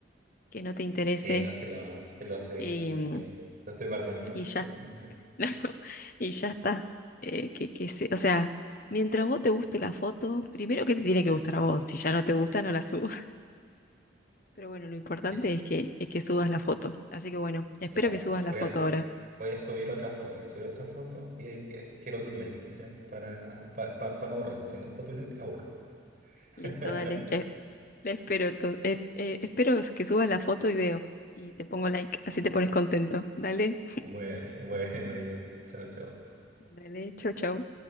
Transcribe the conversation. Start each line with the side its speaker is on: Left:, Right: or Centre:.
Left: que no te interese
Right: Sí, no, sí lo, sí lo sé,
Left: y,
Right: que, me, que te, te estoy bardeando nomás,
Left: y ya,
Right: como dicen ustedes.
Left: <laughs> y ya está. Eh, que, que se- o sea, mientras vos te guste la foto, primero que te tiene que gustar a vos. Si ya no te gusta, no la subas. Pero bueno, lo importante
Right: Y-
Left: es que, es que subas la foto. Así que bueno, espero
Right: y ya,
Left: que subas la
Right: voy
Left: foto
Right: a, s-
Left: ahora.
Right: voy a subir otra foto, voy a subir otra foto y ahí que- quiero tu like, ¿ya? Para, pa- pa- para no borrarla. Si no está tu like, la borro.
Left: Listo,
Right: <laughs>
Left: dale. Eh, la espero, entonces, eh, eh, espero que subas la foto y veo. Y te pongo like, así te pones contento. Dale,
Right: Bue- Bueno, ya. Chao, chao.
Left: dale, chau, chau.